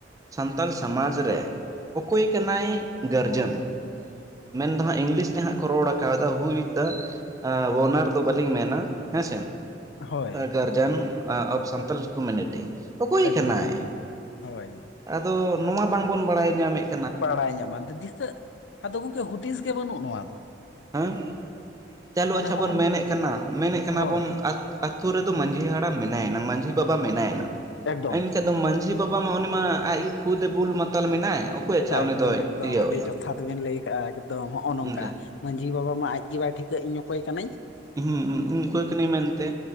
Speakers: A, on the right; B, on the left.
A: ᱥᱟᱱᱛᱟᱞ ᱥᱚᱢᱟᱡᱽ ᱨᱮ ᱚᱠᱚᱭ ᱠᱟᱱᱟᱭ ᱜᱟᱨᱡᱮᱱ ᱢᱮᱱ ᱫᱚ ᱦᱟᱸᱜ ᱤᱝᱞᱤᱥ ᱛᱮ ᱦᱟᱸᱜ ᱠᱚ ᱨᱚᱲ ᱠᱟᱣᱫᱟ ᱦᱩ ᱤᱡ ᱫᱟ ᱟᱸ ᱚᱱᱟᱨ ᱫᱚ ᱵᱟᱹᱞᱤᱧ ᱢᱮᱱᱟ ᱦᱮᱸᱥᱮ
B: ᱦᱳᱭ
A: ᱜᱟᱨᱡᱮᱱ ᱚᱯᱷ ᱥᱟᱱᱛᱟᱞ ᱠᱚᱢᱤᱱᱤᱴᱤ ᱚᱠᱩᱭ
B: ᱮᱠᱫᱚᱢ
A: ᱠᱟᱱᱟᱭ
B: ᱮᱠᱫᱚᱢ ᱦᱳᱭ
A: ᱟᱫᱚ ᱱᱚᱣᱟ ᱵᱟᱝᱵᱚᱱ ᱵᱟᱲᱟᱭ ᱧᱟᱢ ᱮᱫ?
B: ᱵᱟᱲᱟᱭ ᱧᱟᱢᱟ ᱫᱤ ᱫᱤᱥᱟᱹᱜ ᱟᱫᱚ ᱜᱚᱢᱠᱮ ᱦᱩᱫᱤᱥ ᱜᱮ ᱵᱟᱹᱱᱩᱜ ᱱᱚᱣᱟ ᱫᱚ
A: ᱦᱩᱸ ᱪᱟᱞᱩ
B: ᱢᱟᱱᱮ
A: ᱟᱪᱪᱷᱟ
B: ᱦᱚᱸᱜᱼᱚ
A: ᱵᱚᱱ
B: ᱱᱤᱝ
A: ᱢᱮᱱᱮᱫ ᱠᱟᱱᱟ, ᱢᱮᱱᱮᱫ
B: ᱦᱳᱭ
A: ᱠᱟᱱᱟ ᱵᱚᱱ ᱟᱪ- ᱟᱛᱩ ᱨᱮ ᱫᱚ ᱢᱟᱺᱡᱷᱤ ᱦᱟᱲᱟᱢ ᱢᱮᱱᱟᱭᱟ ᱱᱟᱝ ᱢᱟᱺᱡᱷᱤ ᱵᱟᱵᱟ ᱢᱮᱱᱟᱭᱟ ᱱᱟᱝ
B: ᱮᱠᱫᱚᱢ
A: ᱤᱧ ᱪᱮᱫ ᱛᱚ ᱢᱟᱺᱡᱷᱤ ᱵᱟᱵᱟ ᱢᱟ ᱩᱱᱤ ᱢᱟ ᱟᱡ ᱜᱮ ᱠᱷᱩᱫ ᱮ ᱵᱩᱞ ᱢᱟᱛᱟᱞ ᱢᱮᱱᱟᱭ᱾ ᱚᱠᱚᱭ ᱟᱪᱪᱷᱟ
B: ᱮᱠᱫᱚᱢ
A: ᱩᱱᱤ ᱫᱚᱭ
B: ᱮᱠᱫᱚᱢ
A: ᱤᱭᱟᱹᱣᱮᱭᱟ
B: ᱟᱹᱰᱤ ᱡᱚᱛᱷᱟᱛ ᱵᱤᱱ ᱞᱟᱹᱭ ᱠᱟᱜ-ᱟ, ᱮᱠᱫᱚᱢ ᱦᱚᱜ-ᱚ ᱱᱚᱝᱠᱟ
A: ᱚᱱᱠᱟ
B: ᱢᱟᱺᱡᱷᱤ ᱵᱟᱵᱟ ᱢᱟ ᱟᱡ ᱜᱮ ᱵᱟᱭ ᱴᱷᱤᱠᱟᱹᱜ ᱤᱧ ᱚᱠᱚᱭ ᱠᱟᱹᱱᱟᱹᱧ᱾
A: ᱦᱩᱸ ᱦᱩᱸ ᱦᱩᱸ ᱤᱧ ᱚᱠᱚᱭ ᱠᱟᱹᱱᱟᱹᱧ ᱢᱮᱱᱛᱮ